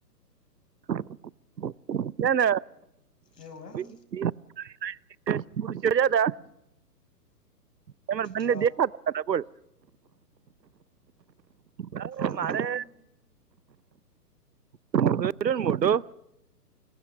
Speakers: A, on the right; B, on the left.
A: <unintelligible> છે ન
B: એવું એમ?
A: <unintelligible> ગ્યાતા. તમારા બંને
B: હા
A: દેખાતા તા બોલ. હા
B: એવું
A: મારે
B: એમ?
A: તો એ રયો ને મોઢો